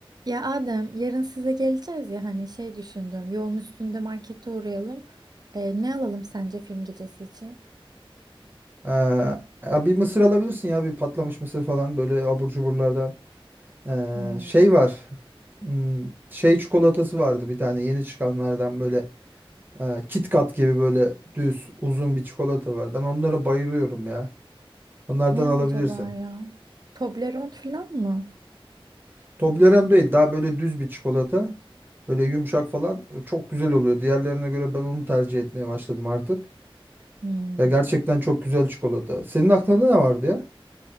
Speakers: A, on the right (about 45°); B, on the right (about 20°).
A: Ya Adem, yarın size geleceğiz ya hani şey düşündüm. Yolun üstünde markete uğrayalım. Ee, ne alalım sence film gecesi için?
B: Ee, ya bir mısır alabilirsin ya bir patlamış mısır falan böyle abur cuburlardan. Ee,
A: Hmm,
B: şey var. hmm, şey çikolatası vardı bir tane yeni çıkanlardan böyle e, Kit Kat gibi böyle düz uzun bir çikolata var. Ben onlara bayılıyorum ya. Onlardan
A: Ne
B: alabilirsin.
A: acaba ya? Toblerone falan mı?
B: Toblerone değil daha böyle düz bir çikolata. Böyle yumuşak falan çok güzel oluyor. Diğerlerine göre ben onu tercih etmeye başladım artık.
A: Hmm.
B: Ya gerçekten çok güzel çikolata. Senin aklında ne vardı ya?